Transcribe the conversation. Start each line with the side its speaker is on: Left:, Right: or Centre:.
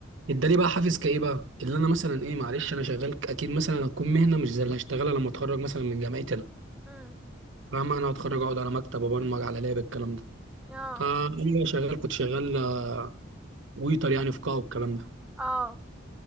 Right: اداني بقى حافز كايه بقى اللي انا مثلا ايه معلش انا شغال ك- اكيد مثلا هتكون مهنه مش زي اللي هشتغلها لما اتخرج مثلا من جامعتي انا
Centre: امم
Right: فاهمه انا هتخرج اقعد على مكتب ابرمج على لاب الكلام ده
Centre: اه
Right: آه انا شغال كنت شغال آه، ويتر يعني في قاعه والكلام ده
Centre: اه